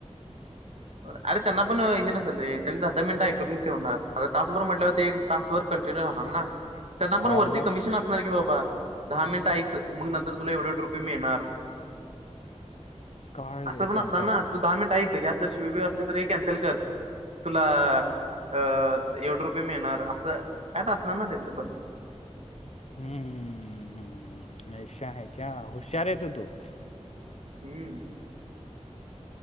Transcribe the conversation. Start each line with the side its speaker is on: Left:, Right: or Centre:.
Right: अरे त्यांना पण हे नसेल रे त्यांनी मिनट ऐकून ठेवणार तासभर म्हटल्यावर ते तासभर कंटिन्यू राहणार ना.
Left: <inaudible>
Right: त्यांना पण वरती
Left: मग
Right: कमिशन असणार की बाबा दहा मिनट ऐक मग नंतर तुला एवढे एवढ रुपये मिळणार.
Left: <inaudible>
Right: असं
Left: रे
Right: पण
Left: त्यांचं
Right: असणार ना तू दहा मिनिट ऐक यात जर शिवी बीवी असली तर हे कॅन्सल कर. तुला अ एवढ रुपये मिळणार असं कायतर असणार ना त्यांचं पण.
Left: हम्मम. <unintelligible>
Right: हम्म.